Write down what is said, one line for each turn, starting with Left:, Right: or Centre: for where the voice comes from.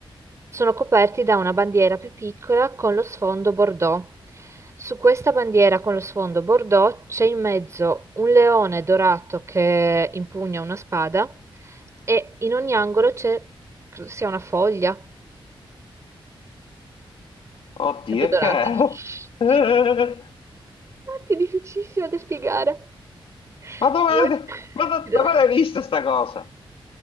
Right: sono coperti da una bandiera più piccola con lo sfondo bordeaux. Su questa bandiera con lo sfondo bordeaux c'è in mezzo un leone dorato che impugna una spada e in ogni angolo c'è, credo sia una foglia,
Left: Oddio,
Right: sempre dorata.
Left: e che è?
Right: Infatti
Left: <laughs>
Right: è difficilissimo da spiegare.
Left: Ma dove,
Right: Se vuoi,
Left: ma do-
Right: ti do,
Left: dove l'hai vista sta cosa?